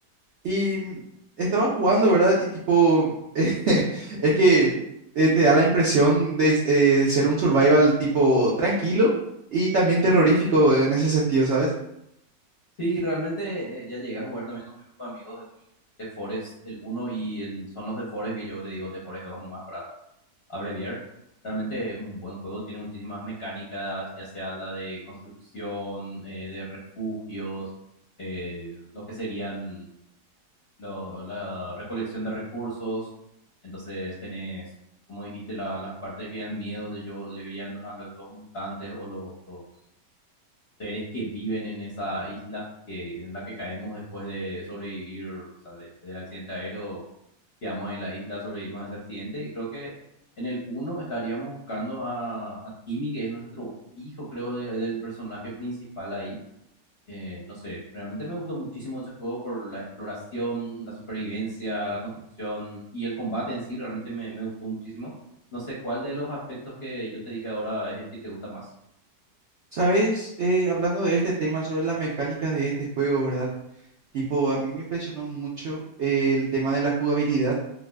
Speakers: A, on the right (about 70°); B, on the left (about 55°).
A: Y mm, estaba jugando, ¿verdad? Y tipo, <laughs> es que eh, te da la impresión de, s- eh, de ser un survival tipo tranquilo y también terrorífico en ese sentido, ¿sabes?
B: Sí, realmente eh, ya llegué a jugar también con mi grupo de amigos del, de Forest, el uno y el, son los de Forest que yo le digo de Forest 2 nomás para abreviar. Realmente es un buen juego, tiene muchísimas mecánicas, ya sea la de construcción, eh, de refugios, eh, lo que serían lo- la recolección de recursos. Entonces tenés, como dijiste, la- las partes que dan miedo, de yo le dirían a los, los mutantes o los, los seres que viven en esa isla que, en la que caemos después de sobrevivir, o sea, de- del accidente aéreo, quedamos en la isla, sobrevivimos a ese accidente y creo que en el uno estaríamos buscando a, a Timmy, que es nuestro hijo, creo, de- del personaje principal ahí. Eh, no sé, realmente me gustó muchísimo ese juego por la exploración, la supervivencia, la construcción y el combate en sí, realmente me, me gustó muchísimo. No sé cuál de los aspectos que yo te dije ahora es el que te gusta más.
A: ¿Sabes? Eh, hablando de este tema sobre las mecánicas de este juego, ¿verdad? Tipo, a mí me impresionó mucho eh, el tema de la jugabilidad,